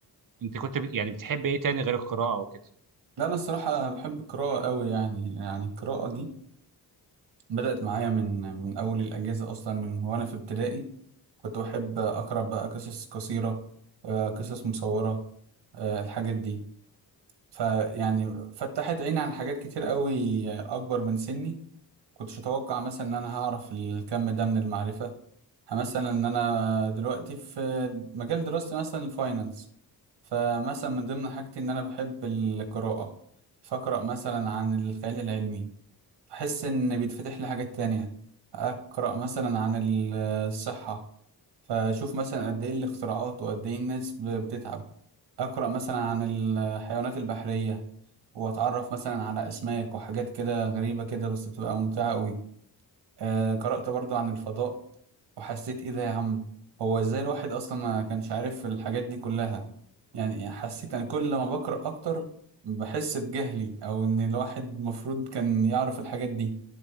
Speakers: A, on the right; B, on the right.
A: أنت كنت ب- يعني بتحب إيه تاني غير القراءة وكده؟
B: لا انا الصراحه بحب القراءه قوي يعني يعني القراءه دي بدأت معايا من من أول الأجازة أصلا من وأنا في ابتدائي كنت بحب أقرأ بقى قصص قصيرة آه، قصص مصورة آه، الحاجات دي فيعني فتحت عيني على حاجات كتير قوي أكبر من سني كنتش أتوقع مثلا إن أنا هعرف الكم ده من المعرفة مثلا إن أنا دلوقتي في مجال دراستي مثلا الفاينانس فمثلا من ضمن حاجتي إن أنا بحب القراءة فأقرأ مثلا عن الخيال العلمي بحس إن بيتفتح لي حاجات تانية أقرأ مثلا عن ال- الصحة فأشوف مثلا قد إيه الاختراعات وقد إيه الناس ب- بتتعب أقرأ مثلا عن الحيوانات البحرية وأتعرف مثلا على أسماك وحاجات كده غريبة كده بس بتبقى ممتعة أوي آه، قرأت برضو عن الفضاء وحسيت ايه ده يا عم هو ازاي الواحد اصلا ما كانش عارف الحاجات دي كلها يعني حسيت انا كل ما بقرأ اكتر بحس بجهلي او ان الواحد المفروض كان يعرف الحاجات دي